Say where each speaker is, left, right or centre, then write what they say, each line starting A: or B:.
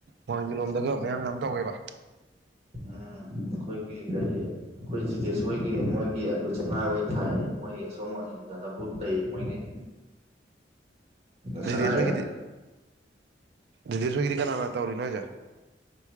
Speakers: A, on the right; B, on the right.
A: ꯋꯥꯡꯖꯤꯡ ꯂꯣꯝꯗꯒ ꯃꯌꯥꯝ ꯌꯥꯝ ꯇꯧꯋꯦꯕ
B: ꯎꯝ ꯑꯩꯈ‌ꯣꯏꯒꯤ ꯀꯒꯤ ꯈꯣꯏ ꯖꯤꯗꯦꯁꯍꯣꯏꯒꯤ ꯃꯣꯏꯒꯤ ꯑꯗꯨ <unintelligible> ꯑꯣꯢ ꯊꯥꯢꯅꯦ ꯃꯣꯏꯒꯤ ꯑꯁꯣꯝ ꯋꯥꯡꯖꯤ ꯗ ꯂꯕꯨꯛ ꯂꯩ ꯃꯣꯏꯒꯤ ꯁꯅꯥ
A: ꯖꯤꯙꯦꯁ
B: ꯌꯥꯝ
A: ꯍꯣꯏꯒꯤꯗꯤ ꯖꯤꯙꯦꯁ ꯍꯣꯏꯒꯤꯗꯤ ꯀꯅꯥꯅ ꯇꯧꯔꯤꯅꯣ ꯍꯥꯏꯁꯦ